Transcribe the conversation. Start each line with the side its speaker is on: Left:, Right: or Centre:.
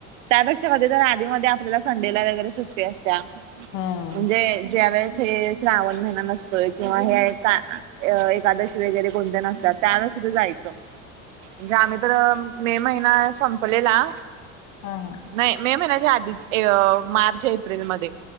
Right: त्यापेक्षा मधे जर आधी म आपल्याला संडे ला वगर सुट्टी आस त्या
Left: हा हा
Right: म्हणजे ज्यावेेळेस हे श्रावण महिना नस तर किंवा आहे का एकादशी वगैरे कोणत्या नसतात त्यान सुद्धा जायचं. म्हणजे आम्ही तर मे महिना संपलेला
Left: हा हा.
Right: नाही मे महिन्याच्या आधीच ये अ मार्च एप्रिलमध्ये.